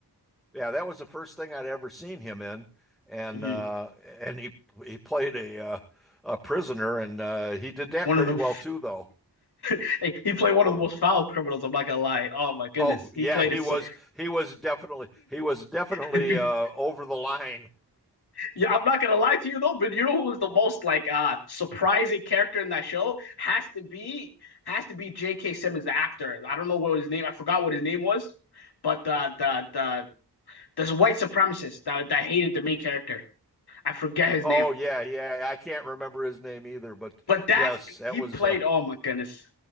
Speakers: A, in the centre; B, on the left.
A: yeah, that was the first thing I'd ever seen him in. And
B: hmm
A: uh and he he played a uh a prisoner and uh he did that
B: One
A: pretty
B: of the
A: well too though.
B: <laughs> hey, he played one of the
A: Yeah.
B: most foul criminals. I'm not gonna lie. Oh my goodness,
A: Oh, yeah,
B: he played
A: he
B: it
A: was
B: so.
A: he was definitely he was definitely
B: <laughs>
A: uh over the line. <laughs>
B: Yeah, I'm not gonna lie to you though, but you know who was the most like uh surprising character in that show has to be has to be J.K. Simmons, the actor. I don't know what his name. I forgot what his name was, but the the the this white supremacist that that hated the main character. I forget his
A: Oh
B: name,
A: yeah, yeah. I can't remember his name either, but
B: but that
A: yes, that
B: he
A: was
B: played.
A: uh
B: Oh my goodness,